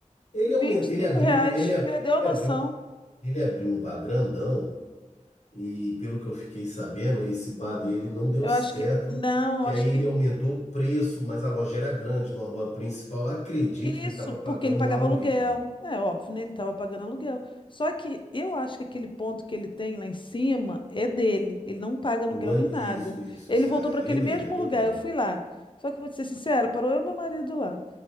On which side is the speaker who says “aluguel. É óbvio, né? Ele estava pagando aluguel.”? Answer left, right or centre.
Left